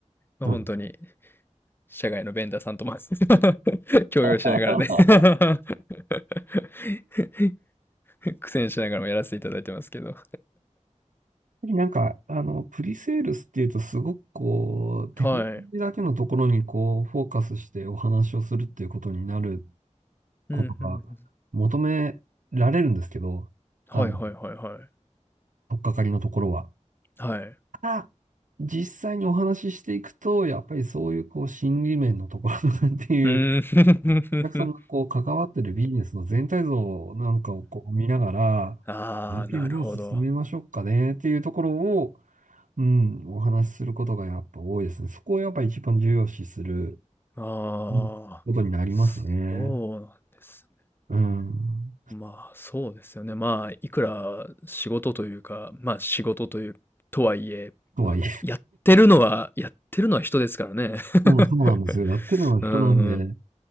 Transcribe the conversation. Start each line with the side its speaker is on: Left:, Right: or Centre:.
Left: まあ、
Right: そうです。
Left: に社外のベンダーさんとも <laughs> 共用しながらね
Right: <laughs>
Left: <laughs> 苦戦しながらもやらせていただいてますけど。
Right: なんか、あの、プリセールスっていうと、すごくこう、テクノロジーだけのところにこう、
Left: はい。
Right: フォーカスしてお話をするっていうことになる
Left: うん、
Right: ことが
Left: うんうん
Right: 求められるんですけど、
Left: はい、
Right: あの、
Left: はい、はい、はい。
Right: 取っかかりのところは。
Left: はい。
Right: あ、実際にお話ししていくと、やっぱりそういうこう、心理面のところとかっていう、
Left: うーん
Right: お客さんがこう、関わってるビジネスの全体像なんかをこう、見ながら、
Left: <laughs>。ああ、
Right: 案件どう進めましょうかねっていうところを、
Left: なるほど。
Right: うん、お話しすることがやっぱ多いですね。そこをやっぱ一番重要視する
Left: ああ、
Right: うんことになりますね。
Left: そうなんですね。
Right: うん。
Left: まあ、そうですよね。まあ、いくら仕事というか、まあ、仕事という、とはいえ、
Right: とはいえ、
Left: まあ、やってるのは、やってるのは人ですからね。
Right: もうそうなんですよ。
Left: <laughs>
Right: やってるのは人なんで、
Left: うん。